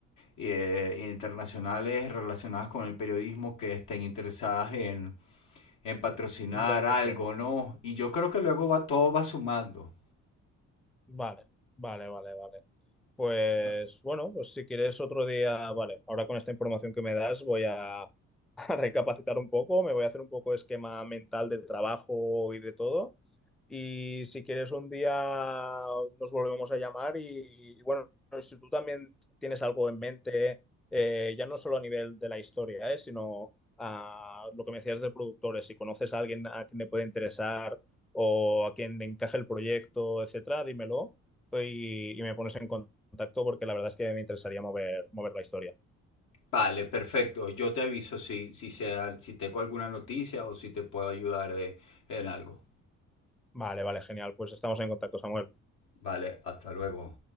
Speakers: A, on the left; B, in the centre.
A: eh, internacionales relacionadas con el periodismo que estén interesadas en, en patrocinar
B: ya te
A: algo,
B: entiendo.
A: ¿no? Y yo creo que luego va, todo va sumando.
B: Vale, vale, vale, vale. Pues
A: No.
B: bueno, pues si quieres otro día, vale, ahora con esta información que me das voy a, <laughs> a recapacitar un poco, me voy a hacer un poco esquema mental de trabajo y de todo. Y si quieres un día nos volvemos a llamar y, y, bueno, si tú también tienes algo en mente, eh, ya no solo a nivel de la historia, eh, sino a lo que me decías de productores, si conoces a alguien a quien le puede interesar o a quien le encaje el proyecto, etcétera, dímelo pues, y, y me pones en contacto porque la verdad es que me interesaría mover, mover la historia.
A: Vale, perfecto. Yo te aviso si, si, sea, si tengo alguna noticia o si te puedo ayudar eh, en algo.
B: Vale, vale, genial. Pues estamos en contacto, Samuel.
A: Vale, hasta luego.